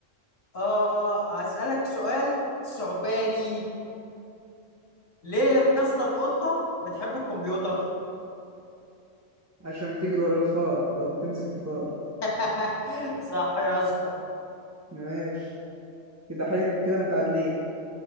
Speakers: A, on the left; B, on the right.
A: اه هسألك سؤال ثعباني ليه يا اسطى القطة بتحب الكمبيوتر
B: عشان بتجري ورا الفار او بتمسك الفار
A: <laughs> صح يا اسطى
B: ماشي كده حلو كده متعادلين